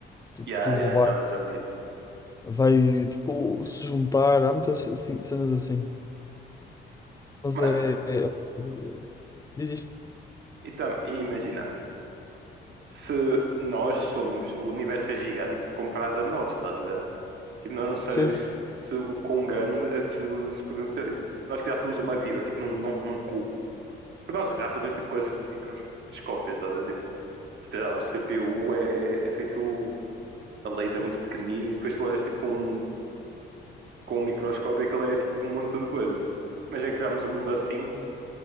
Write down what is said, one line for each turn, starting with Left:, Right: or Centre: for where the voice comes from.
Left: tipo,
Right: Yeah,
Left: tudo
Right: yeah,
Left: vai,
Right: já, já vi.
Left: vai tipo, se juntar. Há muitas assim, cenas assim. Mas
Right: Mano,
Left: é. é- é- diz isto.
Right: e, tam- e imagina. se nós somos, o universo é gigante comparado a nós, estás a ver? Tipo, nós não sabíamos
Left: Sim, sim.
Right: se o quão grande essas luzes podiam ser. Tipo, nós criássemos uma vida, tipo, num, num, num cubo. Porque nós já fazemos, tipo, coisas microscópicas, estás a ver? Tipo, se te dá um CPU, é, é feito a laser é muito pequenino e depois tu olhas, tipo, com, um- com um microscópio e aquilo é, tipo, um monte de coisas. Imagina criarmos um mundo assim